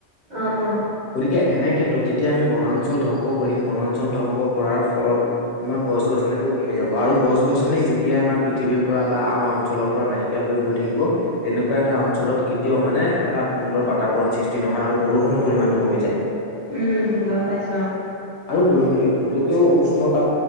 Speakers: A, on the right (about 40°); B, on the left (about 70°).
A: অ অ।
B: গতিকে এনে ক্ষেত্ৰত যেতিয়া আমি বনাঞ্চল ধ্বংস কৰিম বনাঞ্চল ধ্বংস কৰাৰ ফলত। আমাৰ গছ গছনিবোৰ কমি যাব আৰু গছ গছনি যেতিয়াই আমাৰ পৃথিৱীৰ পৰা বা আমাৰ অঞ্চলৰ পৰা নাইকিয়া হৈ। গৈ থাকিব তেনেকুৱা এটা অঞ্চলত কেতিয়াও মানে এটা সুন্দৰ বাতাবৰণ সৃষ্টি নহয় আৰু বৰষুণৰ পৰিমাণ। কমি যায়।
A: উম গম পাইছো অ।
B: আৰু গোল গোলকীয় উষ্ণতা